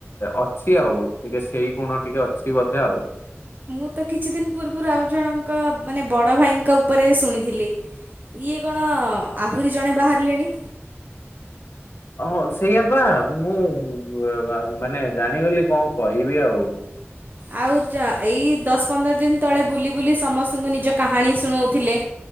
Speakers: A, on the left (about 55°); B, on the right (about 40°).
A: ଅଛି ଆଉ ଟିକେ ସେଇ ଗୁଣ ଟିକେ ଅଛି ବୋଧେ ଆଉ।
B: ମୁଁ ତ କିଛି ଦିନ ପୂର୍ବରୁ ଆଉ ଜଣଙ୍କ ମାନେ ବଡ଼ ଭାଇଙ୍କ ଉପରେ ଶୁଣିଥିଲି। ଇଏ କଣ ଆହୁରି ଜଣେ ବାହାରିଲେଣି।
A: ହଁ ସେଇଆ ପା ମୁଁ ଅ, ଆ, ମାନେ ଜାଣିଗଲି କଣ କହିବି ଆଉ।
B: ଆଉ ଚା- ଏଇ ଦଶ ପନ୍ଦର ଦିନ ତଳେ ବୁଲି ବୁଲି ସମସ୍ତଙ୍କୁ ନିଜ କାହାଣୀ ଶୁଣଉଥିଲେ।